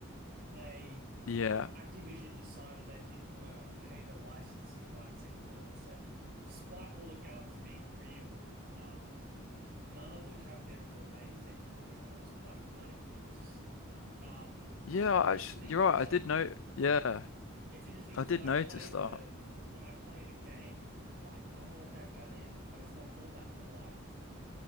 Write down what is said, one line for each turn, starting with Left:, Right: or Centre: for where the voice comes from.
Right: they
Left: Yeah,
Right: Activision decided they didn't want to pay the licensing rights anymore. And so, despite all the guns being real, um, none of them have their real names anymore, which I thought was quite funny, which is um,
Left: yeah, I
Right: interesting
Left: actu- you're
Right: because
Left: right. I
Right: like
Left: did know. Yeah,
Right: it's interesting because
Left: I did
Right: when I
Left: notice
Right: play the
Left: that.
Right: when I play the game, I'm like, I know what that gun is, but it's not called that in real life.